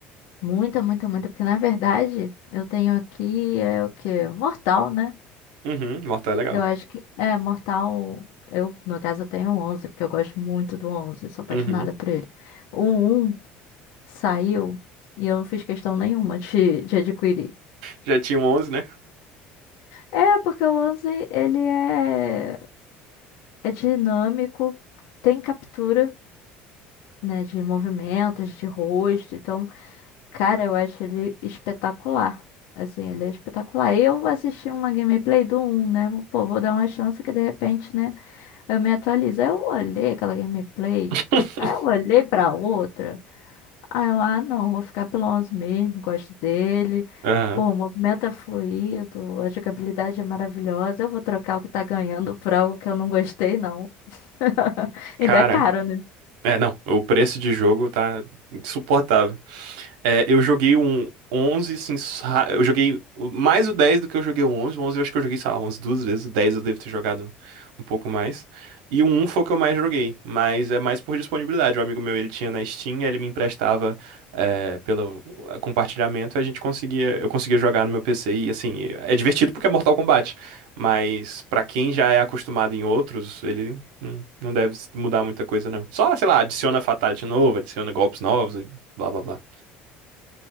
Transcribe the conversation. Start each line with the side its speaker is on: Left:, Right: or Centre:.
Left: Muita, muita, muita, porque na verdade eu tenho aqui é o quê? Mortal, né?
Right: Uhum, Mortal é legal.
Left: Eu acho que é Mortal. Eu, no caso, eu tenho o 11 porque eu gosto muito do onze sou apaixonada
Right: Uhum.
Left: por ele. O um saiu e eu não fiz questão nenhuma de, de adquirir.
Right: Já tinha um 11, né?
Left: É, porque o 11 ele é, é dinâmico, tem captura, né, de movimentos, de rosto, então Cara, eu acho ele espetacular. Assim, ele é espetacular. Eu assisti uma gameplay do um, né? Pô, vou dar uma chance que de repente, né? Eu me atualizo. Aí eu olhei aquela gameplay.
Right: <laughs>
Left: Aí eu olhei pra outra. Aí eu, ah, não, vou ficar pelo 11 mesmo. Gosto dele.
Right: Aham.
Left: Pô, o movimento é fluido. A jogabilidade é maravilhosa. Eu vou trocar o que tá ganhando por algo que eu não gostei, não. <laughs>
Right: Cara.
Left: Ainda é caro, né?
Right: É, não, o preço de jogo tá insuportável. É, eu joguei um 11 assim, sa- eu joguei o- mais o 10 do que eu joguei o onze, O 11 eu acho que eu joguei, sei lá, umas duas vezes. O 10 eu devo ter jogado um pouco mais. E o 1 foi o que eu mais joguei, mas é mais por disponibilidade. Um amigo meu, ele tinha na Steam, ele me emprestava é, pelo eh, compartilhamento, a gente conseguia, eu conseguia jogar no meu PC e, assim, é divertido porque é Mortal Kombat, mas pra quem já é acostumado em outros, ele Hum, não deve mudar muita coisa, não. Só, sei lá, adiciona Fatality novo, adiciona golpes novos e blá blá blá.